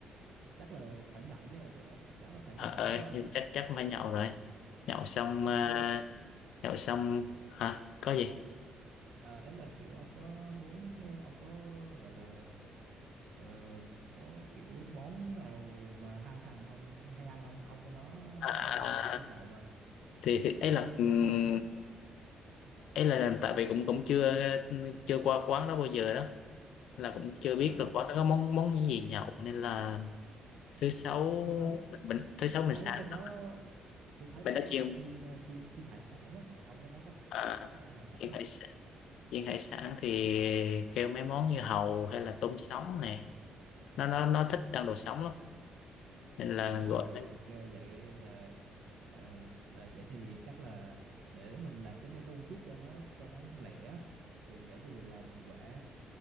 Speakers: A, on the right (about 80°); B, on the left (about 80°).
A: chắc là phải nhậu chứ bữa đó chắc chắn là phải
B: ờ
A: nhậu
B: ờ,
A: chứ đúng không
B: chắc chắc phải nhậu rồi nhậu xong
A: ông
B: ờ,
A: có
B: nhậu xong hả có gì
A: Ờ, ấy là kiểu ông có muốn ờ, ông có gọi là ờ, có kiểu món nào mà hai thằng ông hay ăn không? Ông với nó
B: à, à,
A: ông bình thường hay
B: à,
A: đi
B: à.
A: nhậu mà
B: thì thì
A: kiểu
B: ấy là
A: món
B: ừm,
A: nào nó thích.
B: ấy là tại vì cũng cũng chưa chưa qua quán đó bao giờ đó là cũng chưa biết
A: À,
B: là quán đó có món món gì nhậu nên là thứ sáu
A: tôi thấy
B: mình mình thứ sáu
A: tôi
B: mình
A: thấy
B: sáng
A: bên đó
B: đó
A: tôi thấy
B: mình
A: bên
B: đã
A: đó
B: chiên
A: là chiên ờ, chiên chiên hải sản á. Ông với nó có
B: à,
A: hay ăn hải sản
B: chiên
A: không?
B: hải sản chiên hải sản thì kêu mấy món như hàu hay là tôm sống nè nó nó nó thích ăn đồ sống lắm nên là
A: À
B: gọi
A: rồi
B: mấy
A: ok vậy là là là vậy thì chắc là để mình làm cái menu trước cho nó cho nó lẻ thì vậy thì làm quả